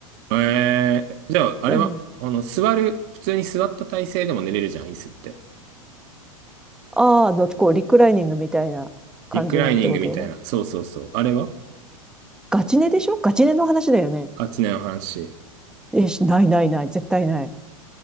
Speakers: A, on the right; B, in the centre.
A: えー、じゃああれは、
B: うん。
A: あの、座る、普通に座った体勢でも寝れるじゃん、椅子って。
B: ああ、あの、こう、リクライニングみたいな感じのってこと
A: リクライニングみたいな。そうそうそう。あれは
B: ガチ寝でしょガチ寝の話だよね。
A: ガチねの話。
B: え、しないないない、絶対ない。